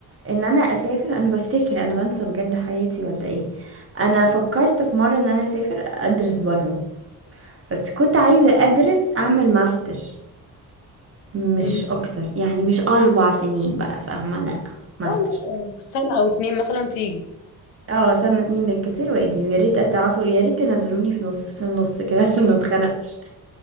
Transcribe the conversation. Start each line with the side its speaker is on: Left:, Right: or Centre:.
Right: ان انا اسافر انا بفتكر انا بنسى بجد حياتي ولا ايه انا فكرت في مره ان انا اسافر ادرس بره بس كنت عايزه ادرس اعمل ماستر مش
Left: امم
Right: اكتر يعني مش اربع سنين بقى فاهمة لا ماستر
Left: لا لا سنة او اتنين مثلا وتيجي
Right: اه سنة اتنين بالكتير واجي ويا ريت اتعافوا يا ريت تنزلوني في نص في النص كده <laughs> عشان ما اتخنقش